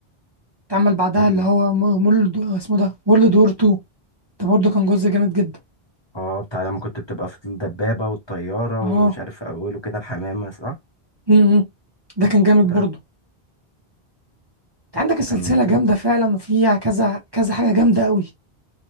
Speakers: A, on the right; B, on the left.
A: اتعمل بعدها
B: عندي
A: اللي
B: ايه
A: هو مول اسمه ده وورلد وور 2 ده برضو كان جزء جامد جدا
B: اه بتاع لما كنت بتبقى في الدبابة والطيارة
A: اه
B: ومش عارف في أوله كده الحمامة صح؟
A: امم ده كان جامد برضه
B: ده
A: انت عندك السلسله
B: كان كان
A: جامده فعلا وفيها كذا كذا حاجه جامده قوي